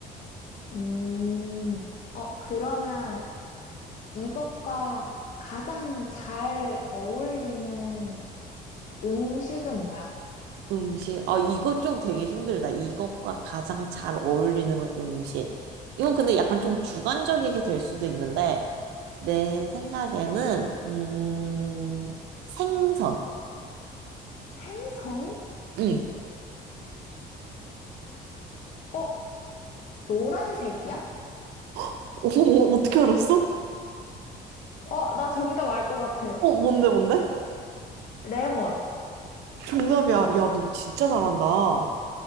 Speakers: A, on the left; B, on the right.
A: 음, 어, 그러면 이것과 가장 잘 어울리는 음식은 뭐야?
B: 음식. 아, 이거 좀 되게 힘들다. 이것과 가장 잘 어울리는 음식. 이건 근데 약간 좀 주관적이게 될 수도 있는데, 내 생각에는, 음, 생선.
A: 생선?
B: 응.
A: 어, 노란색이야?
B: 어, 어, 어, 어떻게 알았어?
A: 어, 나 정답 알 것 같아.
B: 어, 뭔데, 뭔데?
A: 레몬.
B: 정답이야. 야, 너 진짜 잘한다. 아,